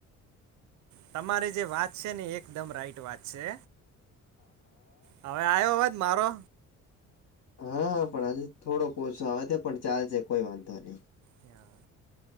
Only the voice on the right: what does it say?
તમારી જે વાત છે ને એકદમ રાઈટ વાત છે. હા હવે આવ્યો અવાજ મારો?
હા